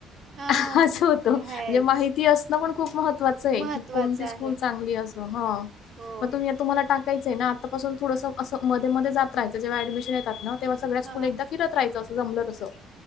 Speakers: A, on the right; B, on the left.
A: हां.
B: हा, असं होतं
A: ते
B: म्हणजे
A: आहेच.
B: माहिती असणं पण खूप महत्त्वाच चं आहे
A: महत्वाचं
B: की, कोणती
A: आहे.
B: स्कूल चांगली असं? ह,
A: हो.
B: मग तुम्ही तुम्हाला टाक यचं ये ना आतापसून थोडं असं मध्ये मध्ये जात राहायच जेव्हा ऍडमिशन येतात ना. तेव्हा सगळ्या स्कूल
A: हां, हां.
B: एकदा फिरत राहायच अस जमलं
A: हं.
B: तसं